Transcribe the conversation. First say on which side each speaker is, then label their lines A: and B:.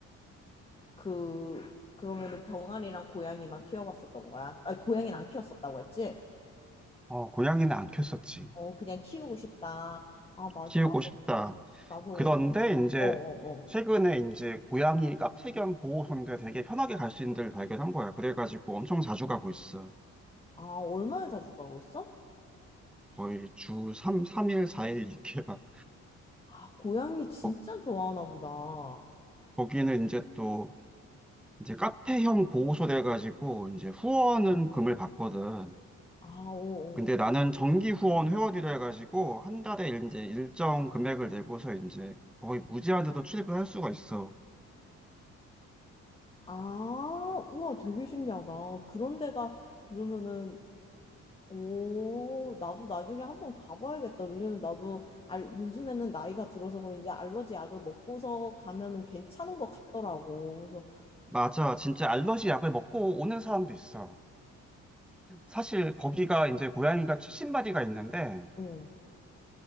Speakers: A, on the left (about 20°); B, in the centre.
A: 그, 그러면은 병아리랑 고양이만 키워봤었던 거야. 아니, 고양이는 안 키웠었다고 했지?
B: 어, 고양이는 안 키웠었지.
A: 어, 그냥 키우고 싶다. 아, 맞아.
B: 키우고
A: 나도,
B: 싶다.
A: 어, 나도
B: 그런데
A: 어렸을 때.
B: 이제
A: 어, 어, 어.
B: 최근에 이제 고양이 카페 겸 보호소인데 되게 편하게 갈 수 있는 데를 발견한 거야. 그래가지고 엄청 자주 가고 있어.
A: 아, 얼마나 자주 가고 있어?
B: 거의 주 3, 삼일사일 이렇게 막,
A: 아, 고양이 진짜
B: 거-
A: 좋아하나 보다.
B: 거기는 이제 또, 이제 카페형 보호소 돼가지고, 이제 후원은 금을 받거든.
A: 아, 어,
B: 근데
A: 어.
B: 나는 정기 후원 회원이라 해가지고, 한 달에 이제 일정 금액을 내고서 이제 거의 무제한으로 출입을 할 수가 있어.
A: 아, 우와, 되게 신기하다. 그런 데가 그러면은 오, 나도 나중에 한번 가봐야겠다. 왜냐면 나도 알, 요즘에는 나이가 들어서 그런지 알러지 약을 먹고서 가면은 괜찮은 것 같더라고. 그래서
B: 맞아. 진짜 알러지 약을 먹고 오는 사람도 있어. 사실 거기가 이제 고양이가 70마리가 있는데,
A: 어.